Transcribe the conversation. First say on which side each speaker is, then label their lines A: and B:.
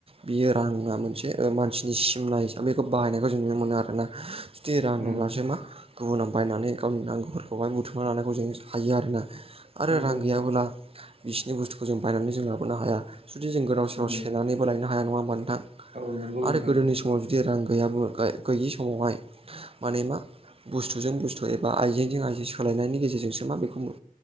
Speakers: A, on the right; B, on the right.
A: बियो राङा मोनसे ओ मानसिनि सिमना हिसाबै बेखौ बाहायनायखौ जों नुनो मोनो आरोना। जे रां
B: उम
A: दंबासो मा गुबुनाव बायनानै गावनि नांगौफोरखौहाय बुथुमना लानायखौ जों हायो आरोना। आरो
B: नंगौ
A: रां गैयाबोला बिसिनि बुस्थुखौ जों बायनानै जों लाबोनो हाया जुदि जों गोदाव सोराव
B: उम
A: सेनानैबो लायनो हाया नङा होमा नोंथां
B: औ नंगौ नोंथां
A: आरो गोदोनि स माव जुदि रां गैयाबो ग-गैयि समावहाय माने मा बुस्थुजों बुस्थु एबा आइजेंजों आइजें सोलायनायनि गेजेरजोंसो मा बेखौ मो